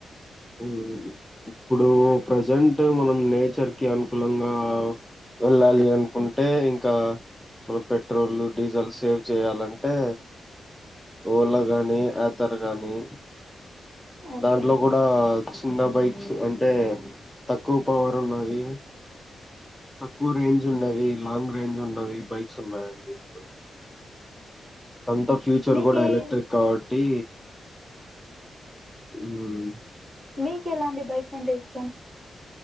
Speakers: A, in the centre; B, on the right.
A: ఉమ్ ఇప్పుడు ప్రజెంట్ మనం నేచర్కి అనుకూలంగా వెళ్ళాలి అనుకుంటే ఇంకా మనం పెట్రోల్ డీజల్ సేవ్ చేయాలంటే ఓలా కానీ యాథర్ కానీ
B: ఓకే
A: దాంట్లో కూడా చిన్న బైక్స్ అంటే తక్కువ పవర్ ఉన్నవి తక్కువ రేంజ్ ఉండేవి లాంగ్ రేంజ్ ఉన్నవి బైక్స్ ఉన్నాయండి ఇప్పుడు అంతా ఫ్యూచర్
B: మీకు
A: కూడా ఎలక్ట్రిక్ కాబట్టి ఉమ్
B: మీకు ఎలాంటి బైక్స్ అంటే ఇష్టం.